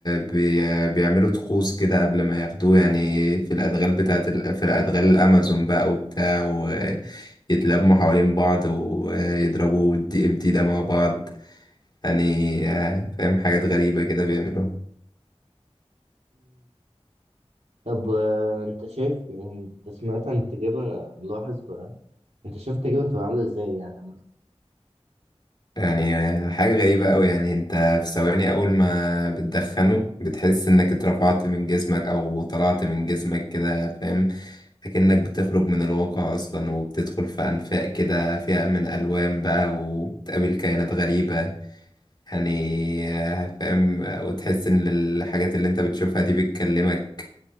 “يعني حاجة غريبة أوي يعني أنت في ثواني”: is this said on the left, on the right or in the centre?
Left